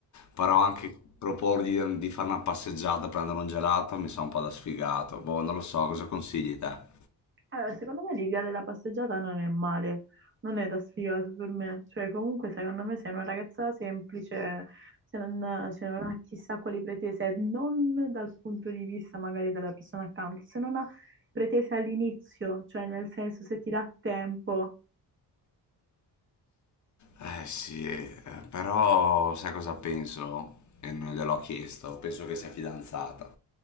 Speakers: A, on the left; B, on the right.
A: Però anche proporgli di, di fare una passeggiata, prendere un gelato, mi sa un po' da sfigato. Boh, non lo so, cosa consigli te?
B: Allora, secondo me l'idea della passeggiata non è male, non è da sfigato per me. Cioè, comunque, secondo me, sei una ragazza semplice, se non, se non ha chissà quali pretese, non dal punto di vista magari della persona accanto, se non ha pretese all'inizio, cioè nel senso se ti dà tempo
A: Eh sì, eh, però sai cosa penso? E non gliel'ho chiesto, penso che sia fidanzata.